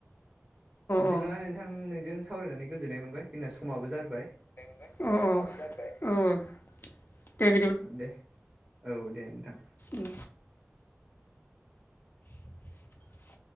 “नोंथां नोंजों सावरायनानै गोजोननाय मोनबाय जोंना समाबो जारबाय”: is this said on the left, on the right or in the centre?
Right